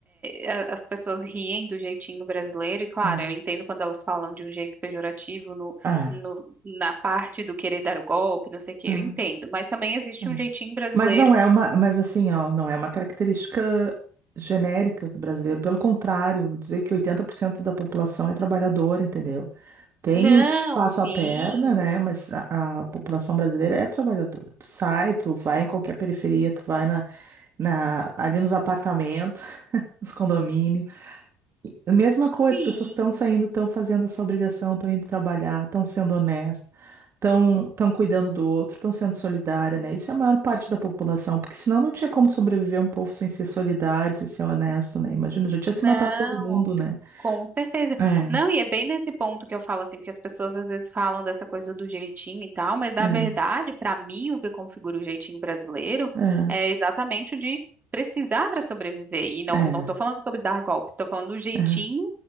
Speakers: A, on the right (about 30°); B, on the right (about 45°).
A: é, a- as pessoas riem do jeitinho brasileiro, e claro,
B: É.
A: eu entendo quando elas falam de um jeito pejorativo no,
B: Ah,
A: no- na parte do querer dar o golpe, não sei o quê,
B: ah,
A: eu entendo. Mas também existe
B: ah.
A: um jeitinho brasileiro.
B: Mas não é uma. Mas assim, ó, não é uma característica genérica do brasileiro. Pelo contrário, vou dizer que 80% da população é trabalhadora, entendeu? Tem
A: Não,
B: os que passam
A: sim,
B: a perna, né? Mas a, a população brasileira é trabalhadora. Tu sai, tu vai em qualquer periferia, tu vai na, na, ali nos apartamentos, <laughs> nos condomínios. E A mesma coisa,
A: sim.
B: as pessoas estão saindo, estão fazendo essa obrigação, estão indo trabalhar, estão sendo honestas, estão estão cuidando do outro, estão sendo solidária, né? Isso é a maior parte da população, porque senão não tinha como sobreviver um povo sem ser solidário, sem ser honesto, né? Imagina, já tinha
A: Não,
B: se matado todo mundo, né?
A: com certeza.
B: É,
A: Não, e é bem nesse ponto que eu falo assim, porque as pessoas às vezes falam dessa coisa do jeitinho e tal, mas na
B: é,
A: verdade, para mim, o que configura o jeitinho brasileiro
B: é,
A: é exatamente o de precisar para sobreviver. E não,
B: é,
A: não tô falando sobre dar golpes, estou falando do jeitinho
B: é.